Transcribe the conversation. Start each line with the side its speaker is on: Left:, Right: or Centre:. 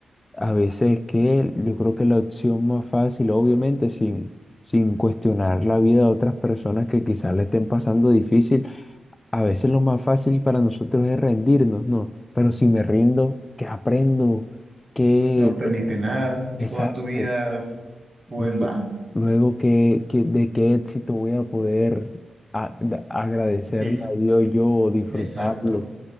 Left: a veces que yo creo que la opción más fácil, obviamente, sin, sin cuestionar la vida de otras personas que quizás le estén pasando difícil a veces lo más fácil para nosotros es rendirnos, ¿no? Pero si me rindo, ¿qué aprendo? ¿Qué,
Right: No aprendiste nada.
Left: exacto,
Right: Toda tu vida fue
Left: lu-
Right: en vano.
Left: luego qué, qué- de qué éxito voy a poder a- da- agradecerle
Right: Dif-
Left: a Dios yo o disfrutarlo?
Right: Exacto.